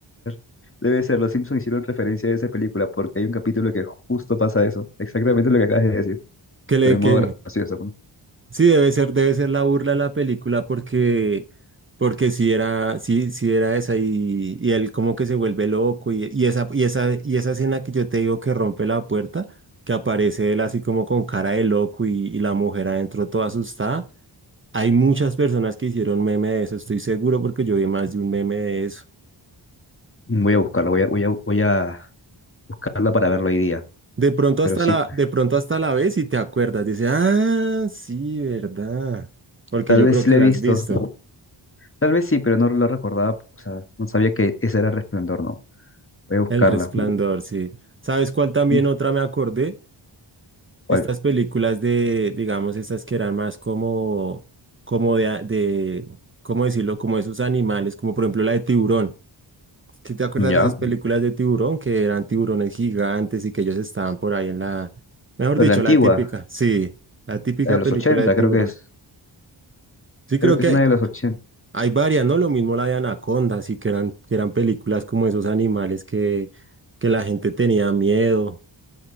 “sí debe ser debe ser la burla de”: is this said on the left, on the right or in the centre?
Right